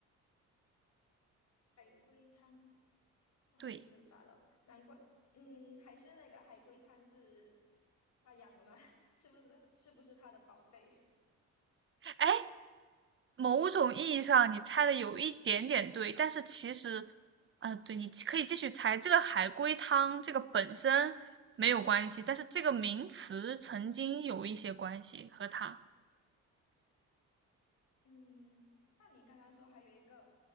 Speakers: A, on the left; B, on the right.
A: 海龟汤，哇，
B: 对，
A: 还就自杀了，难怪，嗯，还是那个海龟汤是他养的吗？<laughs> 是不是？是不是他的宝贝？
B: 哎，某种意义上你猜的有一点点对，但是其实，呃，对，你可以继续猜。这个海龟汤这个本身没有关系，但是这个名词曾经有一些关系和它。
A: 嗯，那你刚刚说还有一个